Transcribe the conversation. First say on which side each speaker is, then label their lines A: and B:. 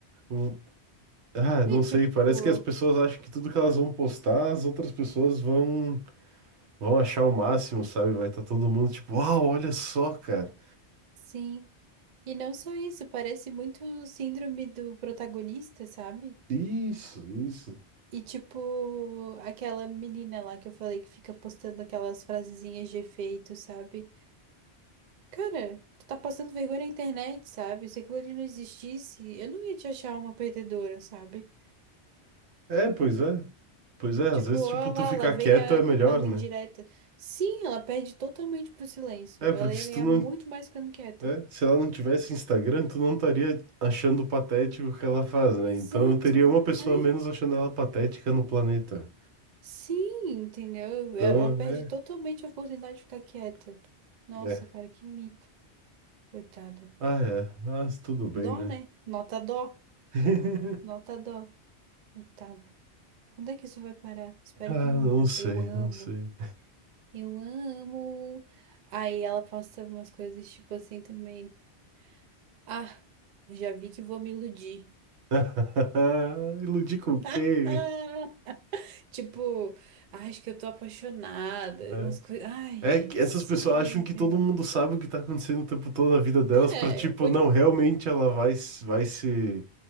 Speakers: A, on the right (about 75°); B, on the right (about 55°).
A: o, Ah, não
B: É
A: sei,
B: tipo,
A: parece que as pessoas acham que tudo que elas vão postar, as outras pessoas vão vão achar o máximo, sabe? Vai estar todo mundo tipo, uau, olha só, cara.
B: sim. E não só isso, parece muito síndrome do protagonista, sabe?
A: Isso, isso.
B: E tipo, aquela menina lá que eu falei que fica postando aquelas frasezinhas de efeito, sabe? Cara, tu tá passando vergonha na internet, sabe? Se aquilo ali não existisse, eu não ia te achar uma perdedora, sabe?
A: É, pois é. Pois é,
B: Tipo,
A: às vezes
B: ó
A: tipo tu
B: lá,
A: ficar
B: lá vem
A: quieto
B: a
A: é melhor,
B: que manda
A: né?
B: indireta. Sim, ela perde totalmente pro silêncio.
A: É, porque
B: Ela ia
A: se
B: ganhar
A: tu não,
B: muito mais ficando quieta.
A: é, se ela não tivesse Instagram, tu não estaria achando patético o que ela faz, né?
B: Exato.
A: Então eu teria uma pessoa
B: é
A: a menos achando ela patética no planeta.
B: Sim, entendeu?
A: Então,
B: Eu, eu eu perdi
A: é,
B: totalmente a oportunidade de ficar quieta. Nossa,
A: é.
B: cara, que mico, coitada.
A: Ah, é, mas tudo bem,
B: Dó,
A: né?
B: né? Nota dó,
A: <laughs>
B: nota dó, coitada. Quando é que isso vai parar? Espero
A: Ah,
B: que nunca.
A: não sei,
B: Eu amo,
A: não sei.
B: eu amo. Aí ela posta umas coisas tipo assim também. Ah, já vi que vou me iludir.
A: <laughs> Iludir com o quê?
B: <laughs> Ah, tipo, "Ah, acho que eu tô apaixonada.
A: É.
B: Umas coisas. Ai, gente,
A: É que essas
B: sério.
A: pessoas acham que todo mundo sabe o que tá acontecendo o tempo todo na vida delas pra
B: É,
A: tipo, não, realmente ela vai, se- vai se